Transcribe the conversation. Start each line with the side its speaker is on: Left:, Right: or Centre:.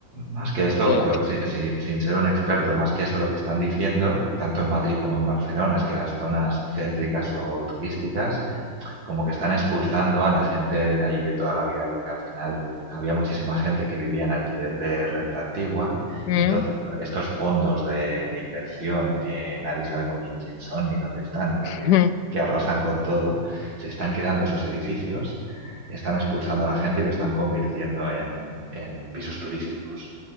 Right: Más que eso,
Left: Eh,
Right: yo, si- si- sin ser un experto, más que eso, lo que están diciendo, tanto en Madrid como en Barcelona, es que las zonas céntricas o turísticas como que están expulsando a la gente de ahí de toda la vida, porque al final había muchísima gente que vivía en alquiler de renta antigua
Left: mm,
Right: y entonces lo- estos fondos de, de inversión que nadie sabe muy bien quién son ni dónde están, pero que,
Left: mm,
Right: que arrasan con todo, se están quedando esos edificios, están expulsando a la gente y lo están convirtiendo en, en pisos turísticos.